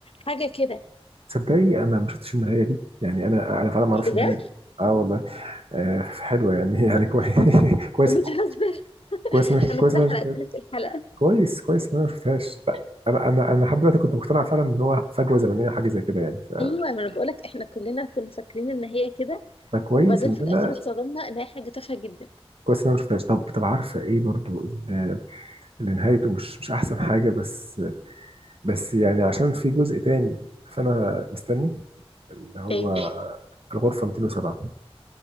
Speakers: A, on the left; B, on the right.
A: حاجه كده
B: تصدقي انا ما شفتش النهاية دي يعني انا انا فعلا ما اعرفش
A: بجد
B: النهاية دي اه والله آه حلوة يعني <laughs> يعني كويس <laughs> كويس
A: بتهزر
B: كويس
A: <laughs>
B: إن-
A: انا
B: كويس
A: كده
B: إن انا
A: حرقت
B: شفت
A: لك الحلقه
B: كويس كويس ان انا ما شفتهاش لا، انا انا انا لحد دلوقتي كنت مقتنع فعلا ان هو فجوه زمنيه حاجه زي كده يعني ف-
A: ايوه ما انا بقول لك احنا كلنا كنا فاكرين ان هي كده
B: فكويس
A: وبعدين
B: ان
A: في الاخر
B: انا
A: اتصدمنا ان هي حاجه تافهه جدا
B: كويس ان انا ما شفتهاش طب طب عارفه ايه برضو اللي اللي نهايته مش مش احسن حاجه بس بس يعني عشان في جزء تاني فانا مستني اللي هو
A: ايه
B: الغرفه 207